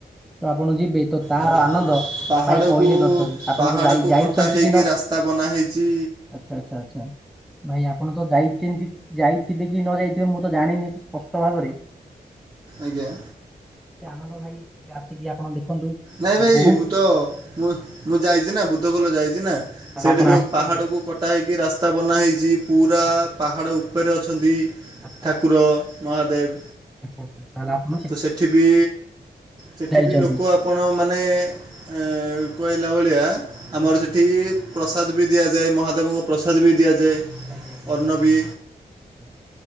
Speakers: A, in the centre; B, on the right.
A: ଆପଣ ଯିବେ ତ ତାହାର
B: ଆଜ୍ଞା
A: ଆନନ୍ଦ
B: ପାହାଡ଼କୁ
A: ଭାଇ କହିଲେ ନ ସରି ଆପଣ
B: ପାହାଡ଼କୁ
A: ତ ଯାଇ ଯାଇଛନ୍ତି
B: କଟା ହେଇକି
A: କି ନ
B: ରାସ୍ତା ବନା ହେଇଛି
A: ଆଛା ଆଛା, ଆଛା। ଭାଇ ଆପଣ ତ ଯାଇଚନ୍ତି ଯାଇଥିବେ କି ନ ଯାଇଥିବେ ମୁଁ ତ ଜାଣିନି ସ୍ପଷ୍ଟ ଭାବରେ।
B: ଆଜ୍ଞା।
A: ଆନନ୍ଦ ଭାଇ ଏବେ ଆସିକି ଆପଣ ଦେଖନ୍ତୁ।
B: ନାଇଁ ଭାଇ
A: ବହୁତ
B: ମୁଁ ତ ମୁଁ ମୁଁ ଯାଇଛି ନା ବୁଦ୍ଧଖୋଲ ଯାଇଛି ନା
A: ତାହେଲେ
B: ସେଇଠି
A: ଆପଣ
B: ଯେଉ
A: ଆସିଛନ୍ତି
B: ପାହାଡ଼କୁ କଟା ହେଇକି ରାସ୍ତା ବନା ହେଇଚି ପୁରା
A: ଆଚ୍ଛା
B: ପାହାଡ଼ ଉପରେ ଅଛନ୍ତି
A: ଆଚ୍ଛା
B: ଠାକୁର।
A: ଆଚ୍ଛା ଆଚ୍ଛା
B: ମହାଦେବ
A: ଆଚ୍ଛା ତାହେଲେ ଆପଣ
B: ତ ସେଠି ବି ସେଠି
A: ଯାଇଛନ୍ତି
B: ବି ଲୋକ ଆପଣମାନେ ଏ କହିଲା ଭଳିଆ ଆମର
A: ଆଚ୍ଛା
B: ସେଠି ପ୍ରସାଦ ବି ଦିଆଯାଏ ମହାଦେବଙ୍କ ପ୍ରସାଦ ବି ଦିଆଯାଏ।
A: ଆଜ୍ଞା, ଆଜ୍ଞା,।
B: ଅନ୍ନ ବି